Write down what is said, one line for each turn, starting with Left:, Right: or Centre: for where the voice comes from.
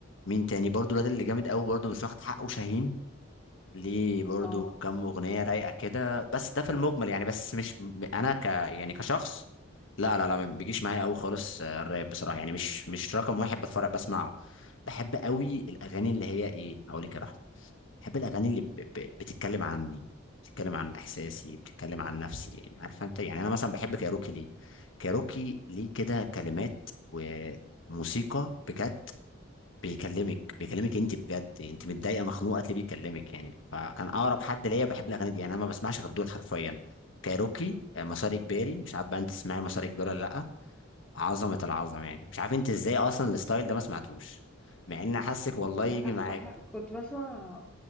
Left: تاني برضو الواد اللي جامد قوي برضو مش واخد حقه شاهين ليه برضو
Centre: اه
Left: كام اغنيه رايقه كده بس ده في المجمل يعني بس مش انا ك يعني كشخص لا لا لا ما بيجيش معايا قوي خالص آه، الراب بصراحه يعني مش مش رقم واحد بتفرج بسمعه بحب قوي الاغاني اللي هي ايه هقول لك يا رحمة. بحب الاغاني اللي ب... ب... بتتكلم عني بتتكلم عن احساسي بتتكلم عن نفسي يعني عارفه انت يعني انا مثلا بحب كايروكي ليه كايروكي ليه كده كلمات وموسيقى بجد بيكلمك بيكلمك انت بجد انت متضايقه مخنوقه تلاقيه بيكلمك يعني فكان اقرب حد ليا بحب الاغاني دي يعني انا ما بسمعش غير دول حرفيا كايروكي آه، مسار اجباري مش عارف بقى انت تسمعي مسار اجباري ولا لا عظمه العظمه يعني مش عارف انت ازاي اصلا الستايل ده ما سمعتوش مع ان حاسك والله
Centre: لأ
Left: يجي معاك
Centre: بح كنت باسمع